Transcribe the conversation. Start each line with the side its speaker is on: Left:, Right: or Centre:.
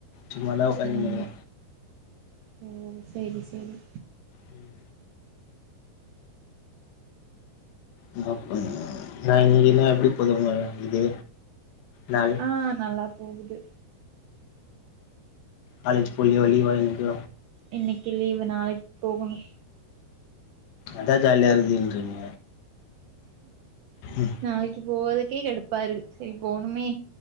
Left: சும்மாதா ஒக்காஞ்சினுகிற
Right: ம் ஓ செரி செரி
Left: ம் <unintelligible> நா இன்னக்கி நாள் எப்டி போதுங்க இது நாள்
Right: ஆ நல்லா போகுது
Left: காலேஜ் போலியோ லீவா இன்னிக்கி
Right: இன்னக்கி லீவு நாளைக்கி போகணு
Left: அதா ஜாலியா இருக்குதுன்றீங்க ம்
Right: நாளைக்கி போறதுக்கே கடுப்பா இருக்கு சரி போணுமே